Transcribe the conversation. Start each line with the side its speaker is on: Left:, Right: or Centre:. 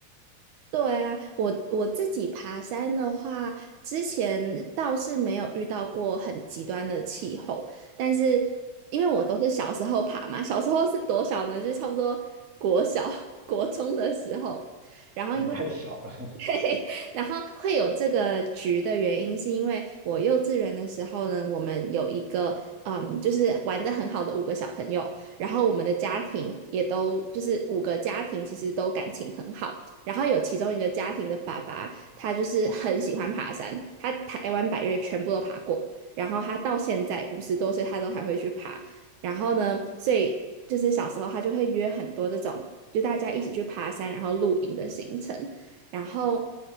Right: 对啊，我我自己爬山的话，之前倒是没有遇到过很极端的气候，但是因为我都是小时候爬嘛，小时候是多小呢？就是差不多国小、<laughs> 国中的时候，然后因为
Centre: 太小了。
Right: 对，然后会有这个局的原因，是因为我幼稚园的时候呢，我们有一个嗯，就是玩的很好的五个小朋友，然后我们的家庭也都就是五个家庭其实都感情很好，然后有其中一个家庭的爸爸，他就是很喜欢爬山，他台湾百岳全部都爬过，然后他到现在五十多岁，他都还会去爬，然后呢，所以就是小时候他就会约很多这种。就大家一起去爬山，然后露营的行程。然后，